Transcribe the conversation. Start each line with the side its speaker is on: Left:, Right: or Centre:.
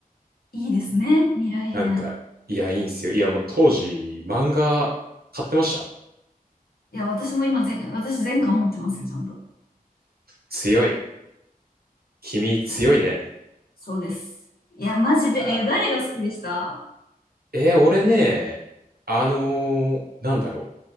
Left: いいですね。未来編。
Right: なんか、いや、いいんすよ。いや、もう当時、漫画買ってました。
Left: いや、私も今ぜん、私全巻持ってますよ、ちゃんと。
Right: 強い。君強いね。
Left: そう。そうです。いや、マジで、
Right: いや
Left: えー誰が好きでした
Right: ー、えー俺ね、あのーなんだろう。